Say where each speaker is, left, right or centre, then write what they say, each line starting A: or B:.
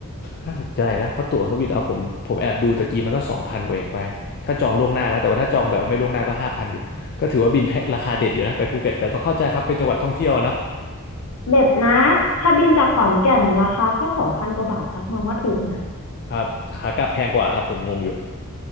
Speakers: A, on the left; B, on the left.
A: น่าสนใจนะเพราะตั๋วเครื่องบินเอาผมผมแอบดูตะกี้มันก็สองพันกว่าเองไปถ้าจองล่วงหน้านะแต่ว่าถ้าจองแบบไม่ล่วงหน้าก็ห้าพันอยู่ก็ถือว่าบินแพะราคาเด็ดอยู่นะไปภูเก็ตแต่ก็เข้าใจครับเป็นจังหวัดท่องเที่ยวอะเนาะ
B: เด็ดนะถ้าบินจากขอนแก่นราคาแค่สองพันกว่าบาทตักมองว่าถูกนะ
A: ครับขากลับแพงกว่าครับผมงงอยู่